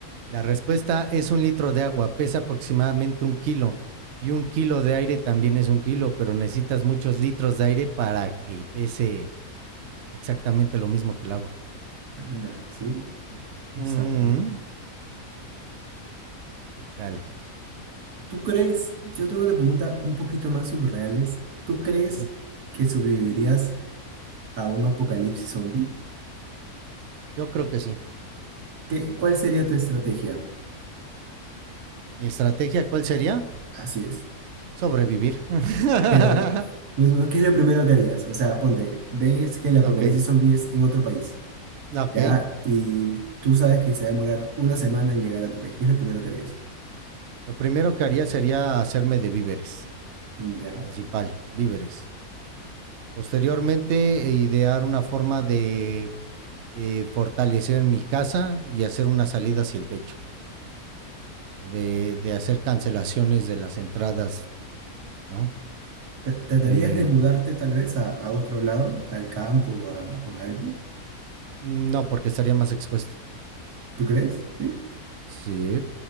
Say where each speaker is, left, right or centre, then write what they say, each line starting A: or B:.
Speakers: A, on the right; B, on the right.
A: la respuesta es un litro de agua, pesa aproximadamente un kilo y un kilo de aire también es un kilo, pero necesitas muchos litros de aire para que pese exactamente lo mismo que el agua.
B: Anda, ¿sí?
A: Ujú,
B: Sabía.
A: ¿Qué tal?
B: ¿Tú crees? Yo tengo una pregunta un poquito más subreales. ¿Tú crees
A: ujú.
B: que sobrevivirías a un apocalipsis zombie?
A: Yo creo que sí.
B: ¿Qué, cuál sería tu estrategia?
A: ¿Y estrategia cuál sería?
B: Así es.
A: Sobrevivir. <laughs>
B: Pero, más o menos, ¿qué es lo primero que harías? O sea, ponte, ves que el apocalipsis
A: Ok,
B: zombie es en otro país.
A: ok.
B: ya, y tú sabes que se va a demorar una semana en llegar a tu país. ¿Qué es lo primero que harías?
A: lo primero que haría sería hacerme de víveres,
B: Mm, Ya.
A: principal, víveres. Posteriormente, e idear una forma de, de fortalecer mi casa y hacer una salida hacia el techo, de, de hacer cancelaciones de las entradas, ¿no?
B: ¿Tra- ¿Tratarías
A: Eh,
B: de mudarte tal vez a, a otro lado, al campo o, a- o algo?
A: no, porque estaría más expuesto.
B: ¿Tú crees? ¿Sí?
A: Sí.